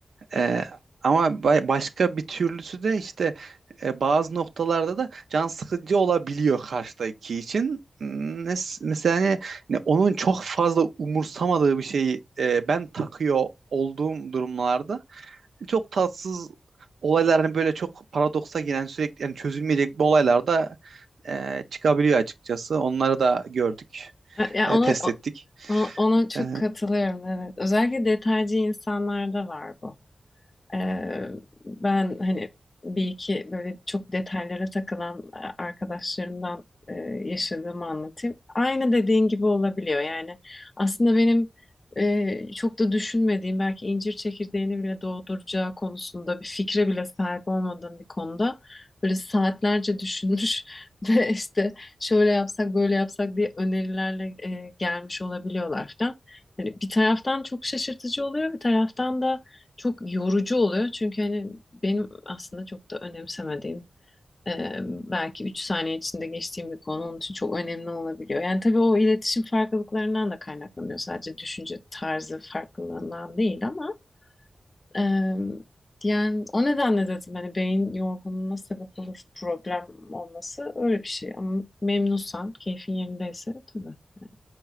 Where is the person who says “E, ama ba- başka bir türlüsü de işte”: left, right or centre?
Right